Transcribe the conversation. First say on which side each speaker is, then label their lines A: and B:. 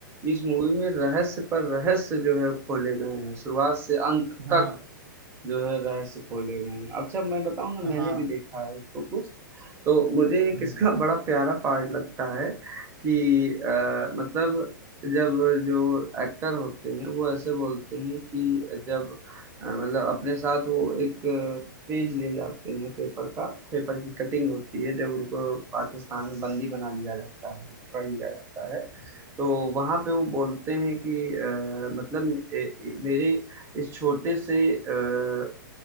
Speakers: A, on the right; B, on the right.
A: इस मूवी में रहस्य पर रहस्य जो है खोले गए हैं शुरुआत से अंत
B: हाँ
A: तक जो है रहस्य खोले गए हैं अच्छा मैं बताऊं ना
B: हाँ
A: मैंने भी देखा है इसको कुछ तो मुझे एक
B: हम्म,
A: इसका बड़ा प्यारा पार्ट लगता है कि अ, मतलब जब जो एक्टर होते हैं वो ऐसे बोलते हैं कि जब अ, मतलब अपने साथ वो एक पेज ले जाते हैं पेपर का पेपर की कटिंग होती है जब उनको पाकिस्तान में बंदी बना लिया जाता है पकड़ लिया जाता है तो वहां पे वो बोलते हैं कि अ, मतलब ए- ए- मेरे इस छोटे से अ,